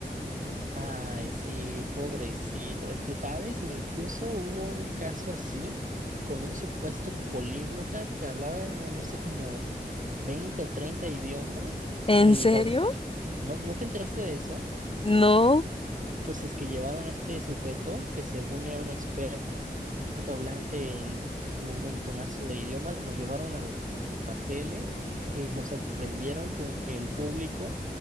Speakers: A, on the right; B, on the left.
A: Ay, sí, pobrecito. Es que, ¿sabes? Incluso hubo un caso así con un supuesto políglota que hablaba, no sé, como 20 o 30 idiomas
B: ¿en
A: y
B: serio?
A: lo... ¿No, no te enteraste de eso?
B: No,
A: Pues es que llevaron a este sujeto que según era un experto hablante en un montonazo de idiomas, lo llevaron a la la tele y lo sorprendieron con que el público